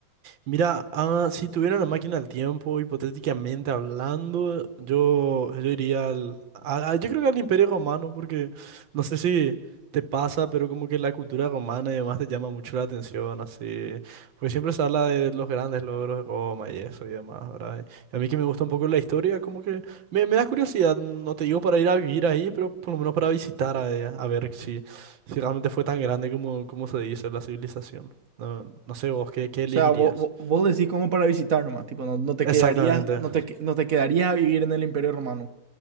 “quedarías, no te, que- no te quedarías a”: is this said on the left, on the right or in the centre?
Right